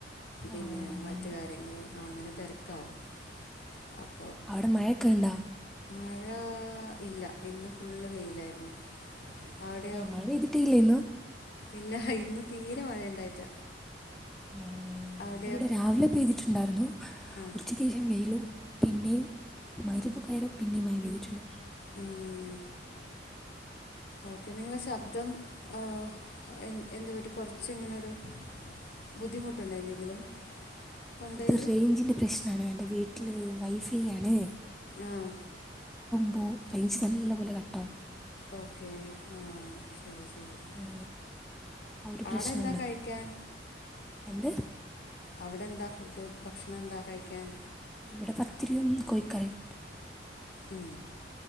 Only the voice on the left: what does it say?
പിന്നെ
മറ്റ് കാര്യങ്ങള് അങ്ങനെ തെര ക്കാവും
മഴാ ഇല്ല ഇന്ന് ഫുള്ള് വെയിലായിര്ന്നു ഔടെയോ
ഇല്ല ഇന്ന് തീരെ മഴണ്ടായിറ്റ
അവി
ആ
ഉം ഓക്കെ നിങ്ങളെ ശബ്ദം ഹ് ഏ എന്ത് പറ്റി കൊർച്ച്ങ്ങനൊരു ബുദ്ധിമുട്ട്ണ്ടോ എന്തെങ്കിലും തൊണ്ടയിൽ
ആഹ്
ഓക്കേ ആഹ് ശരി ശരി ശരി
ആടെ എന്താ കഴിക്കാൻ
അവടെന്താ ഫുഡ്ഡ് ഭക്ഷണെന്താ കഴിക്കാൻ
ഉം